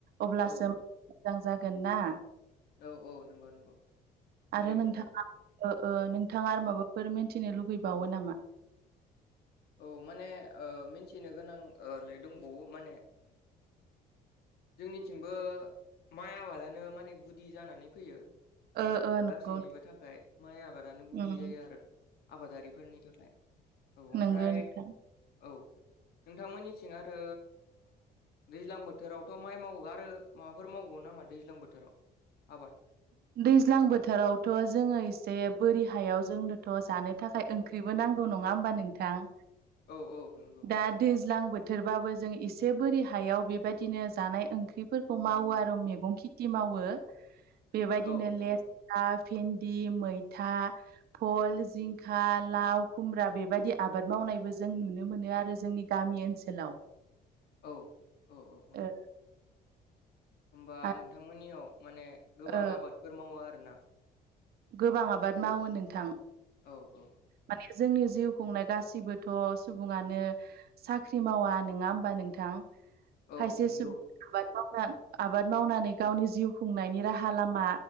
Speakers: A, on the right (about 65°); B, on the left (about 70°).
A: अब्लासो
B: औ
A: मोजां जागोन ना
B: औ औ नंगौ नंगौ थारैनो
A: आरो नोंथाङा
B: नोंथां
A: ओ ओ नोंथाङा
B: औ
A: आर माबाफोर मिन्थिनो लुगैबावो नामा
B: औ माने ओ मिन्थिनो गोनांलाय दंबावो माने जोंनिथिंबो माइ आबादानो माने गुदि जानानै फैयो माने
A: ओ ओ नंगौ
B: गासैनिबो थाखाय माइ आबादानो गुदि
A: उम
B: जायो आरो आबादारिफोरनि थाखाय औ ओमफ्राय
A: नोंगो नोंथां
B: औ नोंथांमोननिथिं आरो दैज्लां बोथोरावथ' माइ मावो आरो माबाफोर मावबावो नामा दैज्लां बोथोराव आबाद
A: दैज्लां बोथोरावथ' जोङो एसे बोरि हायाव जोंनोथ' जानो थाखाय ओंख्रिबो नांगौ नङा होमबा नोंथां
B: औ औ नंगौ
A: दा दैज्लां बो थोरबाबो जों एसे बोरि हायाव बेबादिनो जानाय ओंख्रिफोरखौ मावो आरो मेगं खिथि मावो बेबायदिनो
B: औ नंगौ
A: लेस्रा भेन्दि मैथा फल जिंखा लाव खुमब्रा बेबायदि आबाद मावनायबो जों नुनो मोनो आरो जोंनि गामि ओनसोलाव
B: औ औ औ औ
A: ओ
B: होनबा
A: आरो
B: नोंथांमोननियाव माने गोबां
A: ओ
B: आबादफोर मावो आरोना
A: गोबां आबाद मावो नोंथां
B: औ औ
A: माने जोंनि जिउ खुंनाय गासिबोथ' सुबुङानो साख्रि मावा नङा होमबा नोंथां
B: औ
A: खायसे
B: नंगौ
A: सु आबाद मावना आबाद मावनानै गावनि जिउ खुंनायनि राहा लामा